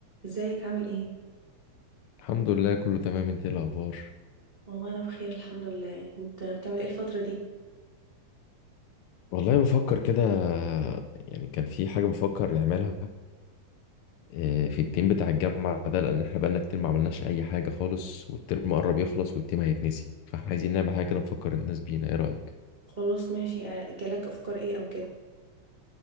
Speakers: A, on the right; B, on the left.
A: ازيك عامل ايه
B: الحمد لله كله تمام انت ايه الاخبار
A: والله انا بخير الحمد لله انت بتعمل ايه الفترة دي
B: والله بفكر كده يعني كان في حاجه بفكر نعملها اه، في التيم بتاع الجامعه ده لان احنا بقالنا كتير ما عملناش اي حاجه خالص والترم قرب يخلص والتيم هيتنسي فاحنا عايزين نعمل حاجه كده نفكر الناس بينا ايه رايك
A: خلاص ماشي اه، جالك افكار ايه او كده